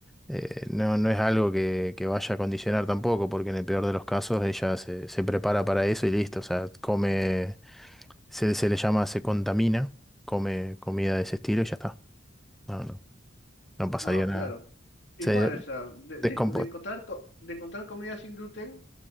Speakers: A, in the centre; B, on the left (about 65°).
A: eh, no, no es algo que, que vaya a condicionar tampoco, porque en el peor de los casos ella se, se prepara para eso y listo, o sea, come, se, se le llama, se contamina, come comida de ese estilo y ya está. No, no, no pasaría
B: No,
A: nada.
B: claro. Igual,
A: Se
B: o sea, de,
A: descompone.
B: de- de encontrar co- de encontrar comida sin gluten,